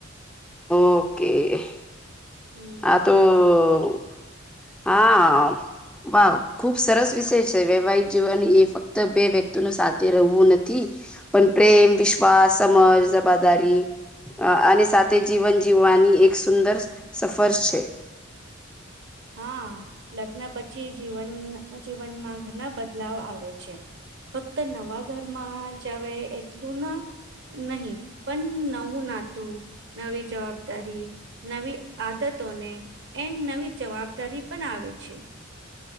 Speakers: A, in the centre; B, on the right (about 60°).
A: ઓકે
B: હમ્મ
A: આ તો હા વા ખુબ સરસ વિષય છે વૈવાહિક જીવન એ ફક્ત બે વ્યક્તિ નુ સાથે રહેવું નથી પણ પ્રેમ
B: હમ
A: વિશ્વાસ સમજ જવાબદારી અને સાથે
B: હમ
A: જીવન જીવવાની એક સુંદર સફર છે
B: હા લગ્ન પછી જીવન જીવનમાં ઘણા બદલાવ આવે છે ફક્ત નવા ઘરમાં જ આવે એટલું ના નહી પણ નવું નાતું નવી જવાબદારી નવી આદતોને એ નવી જવાબદારી પણ આવે છે